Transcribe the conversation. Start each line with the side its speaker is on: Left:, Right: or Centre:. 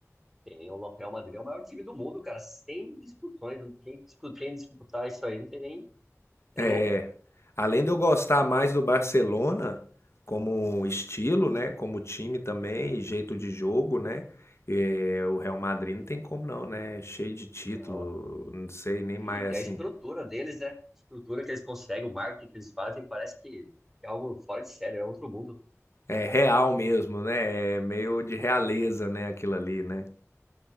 Centre: Tem o Real Madrid, é o maior time do mundo, cara, sem discussões, não tem, discu- quem disputar isso aí, não tem nem. É
Left: É,
Centre: louco.
Left: além de eu gostar mais do Barcelona como estilo, né? Como time também, e jeito de jogo, né? É, o Real Madrid não tem como não, né? Cheio de título,
Centre: Não,
Left: não sei nem
Centre: E
Left: mais assim.
Centre: a estrutura deles, né? A estrutura que eles conseguem, o marketing que eles fazem, parece que é algo fora de série é outro mundo.
Left: É real mesmo, né? É meio de realeza,
Centre: <laughs>
Left: né? Aquilo ali, né?